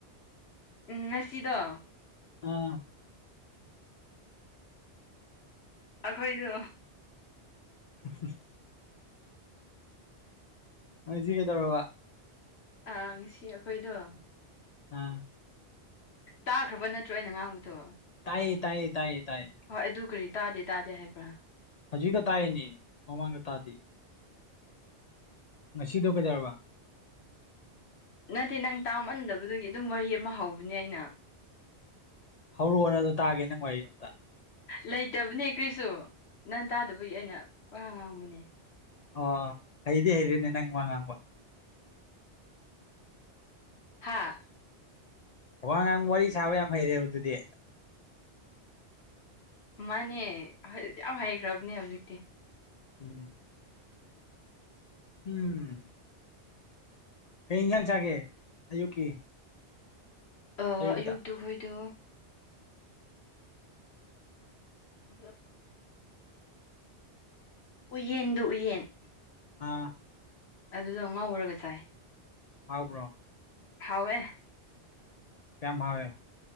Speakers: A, on the left; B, on the left.
A: ꯎꯝ ꯉꯁꯤꯗꯣ
B: ꯑꯥ
A: ꯑꯩꯈꯣꯏꯗ
B: ꯎ ꯑꯁꯤ ꯀꯦ ꯇꯧꯔꯕ
A: ꯑꯥ ꯉꯁꯤ ꯑꯈꯣꯏꯗꯣ
B: ꯎꯝ
A: ꯇꯥꯈ꯭ꯔꯕ ꯅꯠꯇ꯭ꯔꯣ ꯑꯩꯅ ꯉꯥꯡꯕꯗꯣ
B: ꯇꯥꯏꯌꯦ ꯇꯥꯏꯌꯦ ꯇꯥꯏꯌꯦ ꯇꯥꯏꯌꯦ
A: ꯍꯣꯏ ꯑꯗꯨ ꯀꯔꯤ ꯇꯥꯗꯦ ꯇꯥꯗꯦ ꯍꯥꯏꯕ꯭ꯔꯥ
B: ꯍꯧꯖꯤꯛꯀ ꯇꯥꯅꯦ ꯃꯃꯥꯡꯗ ꯇꯥꯗꯤ ꯉꯁꯤꯗꯣ ꯀꯩꯗꯧꯔꯕ
A: ꯅꯠꯇꯦ ꯅꯪ ꯇꯥꯝꯃꯟꯗꯕꯗꯨꯒꯤ ꯑꯗꯨꯝ ꯋꯥꯔꯤ ꯑꯃ ꯍꯧꯕꯅꯦ ꯑꯩꯅ
B: ꯑ ꯍꯧꯔꯛꯑꯣꯅꯗꯣ ꯇꯥꯒꯦ ꯅꯪ ꯋꯥ ꯑꯣꯝꯇ
A: ꯂꯩꯇꯕꯅꯦ ꯀꯔꯤꯁꯨ ꯅꯪ ꯇꯥꯗꯕꯒꯤ ꯑꯩꯅ ꯄ ꯉꯥꯡꯕꯅꯦ
B: ꯑꯣ ꯍꯗꯦ ꯍꯥꯏꯗꯦ ꯅ ꯅꯪ ꯃꯥ ꯉꯕ
A: ꯍꯥꯥ
B: ꯋꯥꯉꯥꯡ ꯋꯥꯔꯤ ꯁꯥꯕ ꯌꯥꯝ ꯍꯩꯔꯦꯕ ꯑꯗꯨꯗꯤ
A: ꯃꯥꯅꯦ ꯌꯥꯝ ꯍꯩꯈ꯭ꯔꯕꯅꯦ ꯍꯧꯖꯤꯛꯇꯤ
B: ꯎꯝ ꯎꯝ ꯀꯔꯤ ꯏꯟꯖꯥꯡ ꯆꯥꯒꯦ ꯑꯌꯨꯛꯀꯤ
A: ꯑꯣ
B: ꯑꯌꯨꯛꯇ
A: ꯑꯌꯨꯛꯇꯨꯈꯣꯏꯗꯨ ꯅꯨꯄꯤ ꯑꯃ ꯎꯌꯦꯟꯗꯨ ꯎꯌꯦꯟ
B: ꯑ
A: ꯑꯗꯨꯗꯣ ꯉꯧꯔꯒ ꯆꯥꯏ
B: ꯍꯥꯎꯕ꯭ꯔꯣ
A: ꯍꯥꯎꯋꯦ
B: ꯀꯌꯥꯝ ꯍꯥꯎꯔꯦ